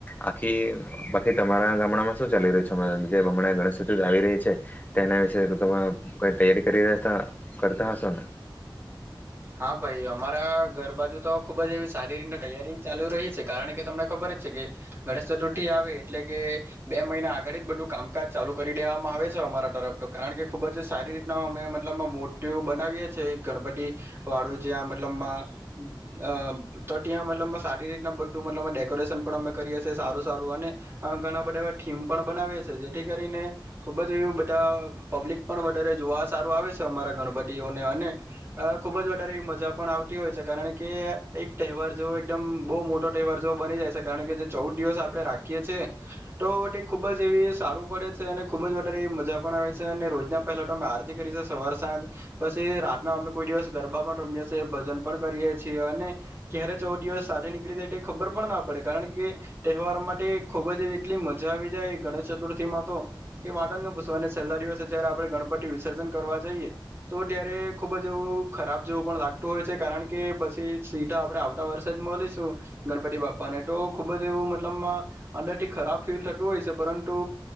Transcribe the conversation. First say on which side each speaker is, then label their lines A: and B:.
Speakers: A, on the left; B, on the right.
A: આખી બાકી તમારા ગામડામાં શું ચાલી રહ્યું છે હમણાં જેમ હમણા ગણેશ ચતુ આવી રહી એ છે. એના વિશે તમે કઈ તૈયારી કરી દ કરતા હશો ને.
B: હા ભાઈ અમારા ઘર બાજુ તો ખુબ જ એવી સારી રીત તૈયારી ચાલુ રહી છે. કારણ કે તમને ખબર જ છે કે ગણેશ ચતુર્થી આવે એટલે કે બે મહિના આ ગળ જ બધું કામકાજ ચાલુ કરી દેવામાં આવે છે અમારા તરફ તો કારણ કે ખુબ જ સારી રીતના અમે મતલબ મોટ પેલુ બનાવીએ છે ગણપતિ વાળું જ્યાં મતલબમાં અ તો ત્યાં મતલબ મા સારી રીતના બધું મતલબમા ડેકોરેશન પણ અમે કરીએ છીએ સારું સારું અને ઘણા બધા એવા થીમ પણ બનાવીએ છીએ જેથી કરીને ખૂબ જ બધા પબ્લિક પણ વધારે જોવા સારું આવે છે અમારા ગણપટીઓને અને ખુબ જ વધારે એ મજા પણ આવતી હોય છે કારણ કે એક તહેવાર જેવો એકદમ બહુ મોટો તહેવાર જેવો બની <unintelligible> કારણકે જે ચૌદ દિવસ આપણે રાખીએ છી તો ખૂબ જ એવી સારું પડે છે અને ખૂબ જ મજા પણ આવે છે અને રોજના પહેલા તો અમે આરતી કરી છે સવાર સાંજ પછી રાતના અમે કોઈ દિવસ ગરબા પણ રમીએ છીએ ભજન પણ કરીએ છીએ અને ક્યારે ચૌદ દિવસ સાથે નીકળી જાય ખબર પણ ના પડે કારણ કે તહેવાર માટે ખુબ જ એવી એટલી મજા આવી જાય ગણેશ ચતુર્થી માં તો કે વા ત જ ના પૂસવાને છેલ્લા દિવસે જયારે આપણે ગણપતિ વિસર્જન કરવા જઈએ તો ત્યારે ખુબ જ એવું ખરાબ જેવું પણ લાગતું હોય છે કારણ કે પછી સીધા આપણે આવતા વર્ષે જ મળીશું ગણપતિ બાપા તો ખબ જવું મતલ અંદર થી ખરાબ ફીલ થતું હોય છે પરંતુ